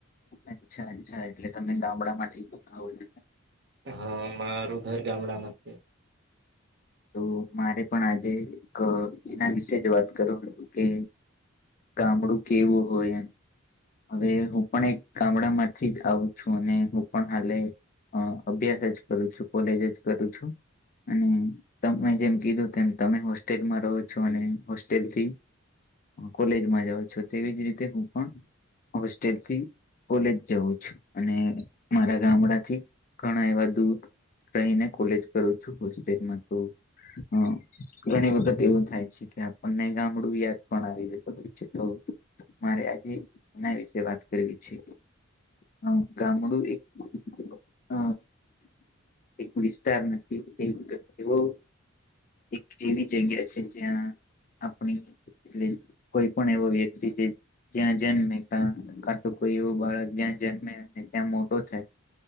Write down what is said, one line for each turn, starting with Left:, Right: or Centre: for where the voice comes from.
Left: અચ્છા અચ્છા. એટલે તમે ગામડામાંથીાવ.
Right: હા! મારું ઘર ગામડામાં છે.
Left: તો મારે પણ આજે એક એના વિશે, જ વાત કર હતું કે. ગામડું કેવું હોય એમ. હવે હું પણ એક ગામડા માંથી જ આવું છું. અને હું પણ હાલે. અ અભ્યાસ જ કરું છું. કોલેજ જ કરું છું. અને તમે જેમ કીધું તેમ તમે હોસ્ટેલમાં રહો છો. અને હોસ્ટેલ થી કોલેજમાં જાઓ છો. તેવી જ રીતે હું પણ હોસ્ટેલથી. કોલેજ જવું છું. અને મારા ગામડાથી ઘણા એવા દૂર. રહીને કોલેજ કરું છું. હોસ્ટેલમાં તો. હા! ઘણી વખત એવું થાય છે કે આપણને ગામડું યાદ પણ આવી જ તોઈ તો. મારે આજે એના વિશે વાત કરવી છે. હ ગામડું એક. હ એક વિસ્તાર નથી એક એવો. એક એવી જગગ અ છે. જ્યાં આપણી. એટલે કોઈ પણ એવો વ્યક્તિ જે. જ્યાં જન્મે કા તો, કોઈ એવું બાળક જ્યાં જન્મે ત્યાં મોટો થાય.